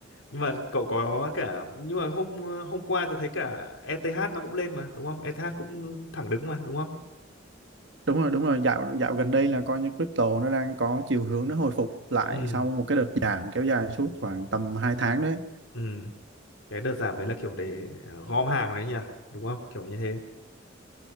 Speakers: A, on the left (about 85°); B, on the right (about 65°).
A: nhưng mà cậu có cả nhưng mà hôm hôm qua tôi thấy cả ETH nó cũng lên mà, đúng không? ETH cũng thẳng đứng mà, đúng không?
B: đúng rồi đúng rồi dạo dạo gần đây là coi như crypto nó đang có chiều hướng nó hồi phục lại
A: Ừ,
B: sau một cái đợt giảm kéo dài suốt khoảng tầm 2 tháng đấy
A: ừ. Cái đợt giảm đấy là kiểu để ờ, gom hàng đấy nhỉ, đúng không? Kiểu như thế.